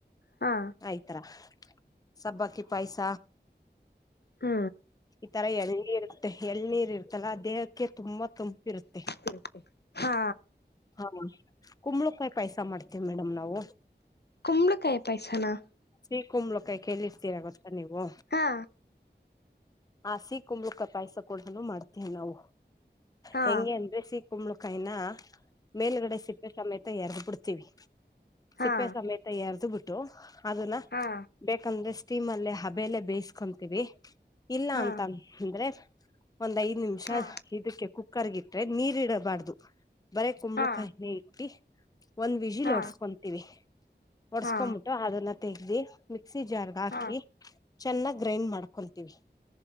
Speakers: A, on the left; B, on the left.
A: ಹಾ
B: ಐದು ತರ ಸಬ್ಬಕ್ಕಿ ಪಾಯಸ
A: ಹ್ಮ
B: ಈ ತರ ಎಳನೀರ್ ಇರುತ್ತೆ ಎಳನೀರ್ ಇರ್ತಲ್ಲ ದೇಹಕ್ಕೆ ತುಂಬಾ ತುಂಪಿರುತ್ತೆ,
A: ಇರುತ್ತೆ ಹಾ
B: ಹ ಕುಂಬಳಕಾಯಿ ಪಾಯ್ಸ ಮಾಡ್ತೀವಿ ಮೇಡಮ್ ನಾವು
A: ಕುಂಬಳಕಾಯ ಪಾಯ್ಸನ
B: ಸಿಹಿ ಕುಂಬಳಕಾಯಿ ಕೇಳಿರ್ತೀರಾ ಗೊತ್ತಾ ನೀವು.
A: ಹಾ
B: ಆ ಸಿಹಿ ಕುಂಬಳಕಾಯಿ ಪಾಯ್ಸ ಕೂಡನು ಮಾಡ್ತೇವಿ ನಾವು
A: ಹಾ
B: ಹೆಂಗೆ ಅಂದ್ರೆ ಸಹಿ ಕುಂಬ್ಳಕಾಯಿನ ಮೇಲ್ಗಡೆ ಸಿಪ್ಪೆ ಸಮೇತ ಎರ್ಗ್ ಬಿಡ್ತೀವಿ.
A: ಹಾ
B: ಸಿಪ್ಪೆ ಸಮೇತ ಎರ್ದ ಬಿಟ್ಟು ಅದನ್ನ
A: ಹಾ
B: ಬೇಕಂದ್ರೆ. ಸ್ಟೀಮ್ ಅಲ್ಲೇ ಹಬೆಯಲ್ಲಿ ಬೇಯಿಸ್ಕೊಂತೀವಿ ಇಲ್ಲ
A: ಹಾ
B: ಅಂತ ಅಂದ್ರೆ. ಒಂದ್ ಐದ್ ನಿಮಿಷ
A: ಹಾ
B: ಇದಕ್ಕೆ ಕುಕ್ಕರ್ಗಿಟ್ರೆ ನೀರ ಇಡಬಾರ್ದು. ಬರೇ ಕುಂಬಳಕಾಯಿನೇ
A: ಹಾ
B: ಇಟ್ಟಿ. ಒಂದ್ ವಿಜಿಲ್
A: ಹಾ
B: ಒಡ್ಸ್ಕೊಂತೀವಿ, ಒಡ್ಸ್ಕೊಬಿಟ್ಟು
A: ಹಾ
B: ಅದನ್ನ ತೆಗ್ದಿ. ಮಿಕ್ಸಿ ಜಾರ್ಗೆ ಹಾಕಿ
A: ಹಾ
B: ಚೆನ್ನಾಗೆ ಗ್ರೈಂಡ್ ಮಾಡ್ಕೊಂತೀವಿ.